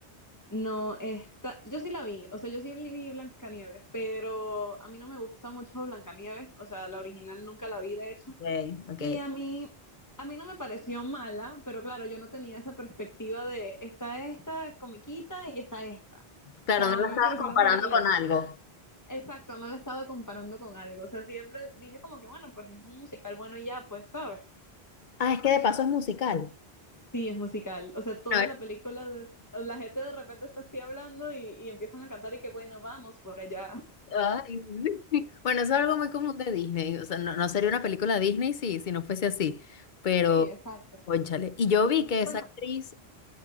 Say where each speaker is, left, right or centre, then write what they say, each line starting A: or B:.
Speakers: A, on the left; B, on the left.
A: No, esta, yo sí la vi, o sea, yo sí vi Blancanieves, pero a mí no me gusta mucho Blancanieves, o sea, la original nunca la vi, de hecho,
B: Ok, ok.
A: y a mí, a mí no me pareció mala, pero claro, yo no tenía esa perspectiva de está esta comiquita y está esta.
B: Claro,
A: O sea,
B: no la
A: a mí
B: estabas
A: me pareció
B: comparando
A: una película
B: con
A: de que,
B: algo.
A: exacto, no la estaba comparando con algo, o sea, siempre dije como que, bueno, pues es un musical bueno y ya, pues, ¿sabes?
B: Ah, es que de paso es musical.
A: Sí, es musical. O sea, toda
B: A ver,
A: la película, de- la gente de repente está así hablando y, y empiezan a cantar y que bueno, vamos por allá.
B: ay, <laughs> Bueno, eso es algo muy común de Disney. O sea, no, no sería una película Disney si, si no fuese así. Pero,
A: Sí, exacto.
B: cónchale. Y yo vi que
A: Bueno,
B: esa actriz,